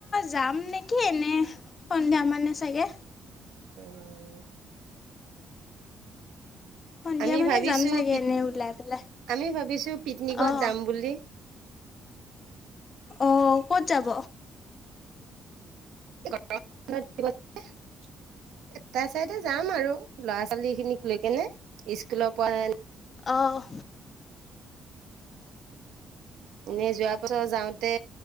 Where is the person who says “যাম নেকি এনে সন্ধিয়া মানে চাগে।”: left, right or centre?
Left